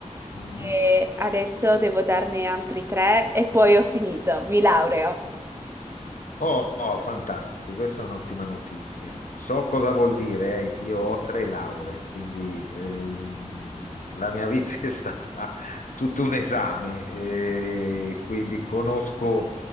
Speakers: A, on the left; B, on the right.
A: Mm.
B: e adesso devo darne altri tre e poi ho finito, mi laureo.
A: Oh, oh, fantastico, questa è un'ottima notizia. So cosa vuol dire, eh. Io ho tre lauree, quindi ehm, la mia vita <laughs> è stata tutto un esame, eh, quindi conosco